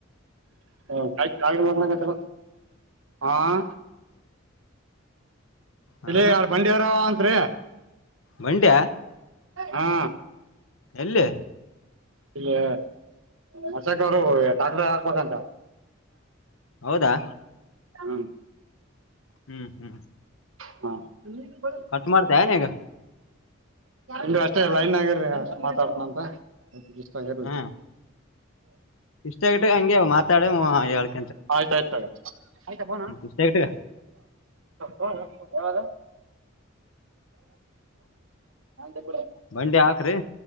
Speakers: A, on the right; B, on the left.
A: ಹ ಕಾಯ ಆ
B: ಹಾ
A: ಇಲ್ಲಿ ಎ ಬಂಡಿಯವರುಂತ ತ್ರ
B: ಮಂಡ್ಯ
A: ಹಾ
B: ಎಲ್ಲಿ
A: ಇಲ್ಲಿ ಮಚಕ ಅವರುಟಾಕ್ಲೆ ಹಾಕ್ಬೇಕಂತ
B: ಹೌದಾ
A: ಹ್ಮ್
B: ಹ್ಮ್ ಹ್ಮ್
A: ಹಾ ನೀ ಬ
B: ಕಟ್ ಮಾಡ್ತಾ ಏನಾಗ
A: ಇ ಅಷ್ಟೇ ಲೈನ್ ಆಗೇರಿ ಅಷ್ಟ ಮಾತಾಡ್ತನಂತ ಸಗಲ್ಲ
B: ಹಾ ಇಷ್ಟ ಆಗಟ್ಟೆ ಹಂಗೆ ಮಾತಾಡ ಹಳ್
A: ಆಯ್ತಾಯಯ್ತ ಆತ ಆಯ್ತಾ ಬೋಣ
B: ಇಷ್ಟ ಇಟ್ಟ
A: ಹ ನಡ
B: ಬಂಡಿ ಹಾಕ್ರಿ